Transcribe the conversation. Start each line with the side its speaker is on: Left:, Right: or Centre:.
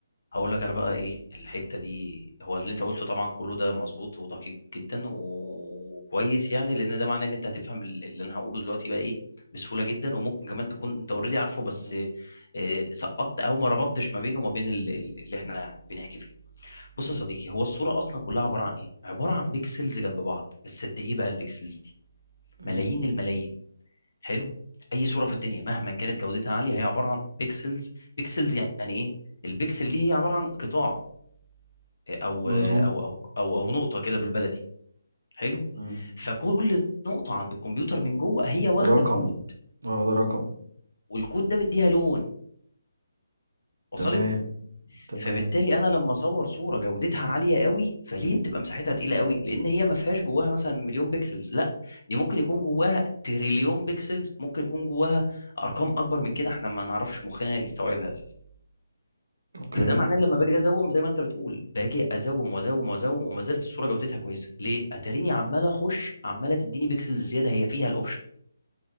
Left: هقول لك انا بقى ايه الحتة دي هو اللي انت قلته طبعا كله ده مظبوط ودقيق جدا وكويس يعني لان ده معناه ان انت هتفهم ال- اللي انا هقوله دلوقتي بقى ايه بسهولة جدا وممكن كمان تكون انت اوريدي عارفه بس
Right: مم.
Left: آه، سقطت او ما ربطتش ما بينه وما بين ال- ال- اللي احنا بنحكي فيه بص يا صديقي هو الصورة أصلا كلها عبارة عن إيه؟ عبارة عن بيكسلز جنب بعض بس قد إيه بقى البيكسلز دي؟
Right: مم.
Left: ملايين الملايين حلو؟ أي صورة في الدنيا مهما كانت جودتها عالية هي عبارة عن بيكسلز بيكسلز يعني إيه؟ البيكسل دي هي عبارة عن قطاع أو
Right: مظبوط
Left: أو أو أو, أو نقطة كده بالبلدي حلو؟
Right: مم.
Left: فكل نقطة عند الكمبيوتر من جوه هي واخدة
Right: رقم
Left: كود
Right: اه ده رقم
Left: والكود ده مديها لون وصلت؟
Right: تمام تمام
Left: فبالتالي انا لما اصور صوره جودتها عاليه قوي فليه بتبقى مساحتها تقيله قوي لان هي ما فيهاش جواها مثلا مليون بيكسلز لا دي ممكن يكون جواها تريليون بيكسلز ممكن يكون جواها ارقام اكبر من كده احنا ما نعرفش مخنا يستوعبها اساسا
Right: اوكي
Left: فده معناه لما باجي ازوم زي ما انت بتقول باجي ازوم وازوم وازوم وما زالت الصوره جودتها كويسه ليه اتاريني عمال اخش عماله تديني بيكسلز زياده هي فيها الاوبشن